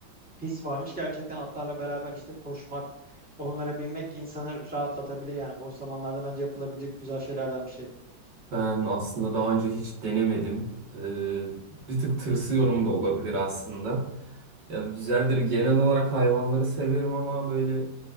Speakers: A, in the centre; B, on the right (about 70°).
A: His varmış gerçekten atlarla beraber işte koşmak, onlara binmek insanı rahatlatabilir yani boş zamanlarda bence yapılabilecek güzel şeylerden bir şey.
B: Ben aslında daha önce hiç denemedim. Ee, bir tık tırsıyorum da olabilir aslında. Ya güzeldir. Genel olarak hayvanları severim ama böyle